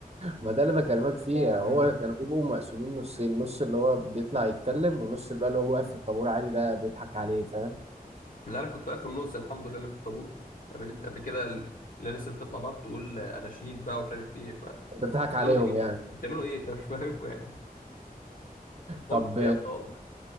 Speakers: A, on the right; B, on the left.
A: ما ده اللي بكلمك فيه
B: مم.
A: يعني. هو كانوا بيبقوا مقسومين نصين نص اللي هو بيطلع يتكلم ونص بقى اللي هو واقف في الطابور عادي ده بيضحك عليه فاهم
B: لا انا كنت واقف في النص الحمد لله اللي في الطابور قابلت قبل كده ال- الناس اللي بتطلع بقى بتقول آه، اناشيد بقى ومش عارف ايه ف-
A: انت بتضحك
B: بتعملوا
A: عليهم
B: ايه
A: يعني
B: بتعملوا ايه <laughs> أنا مش فاهمكم يعني. فكك
A: طب
B: يا طب